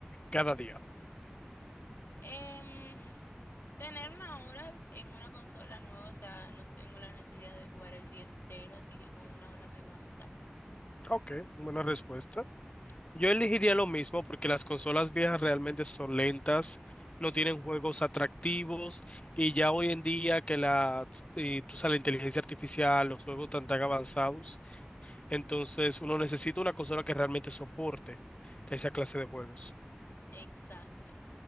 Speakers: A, on the left; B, on the left.
A: cada día.
B: Em, tener una hora en una consola nueva, o sea, no tengo la necesidad de jugar el día entero, así que con una hora me basta.
A: Ok, buena respuesta.
B: Sí.
A: Yo elegiría lo mismo porque las consolas viejas realmente son lentas, no
B: ujú,
A: tienen juegos atractivos y ya hoy en día que la, y tú sabes, la inteligencia artificial, los juegos tan tan avanzados, entonces uno necesita una consola que realmente soporte esa clase de juegos
B: Exacto.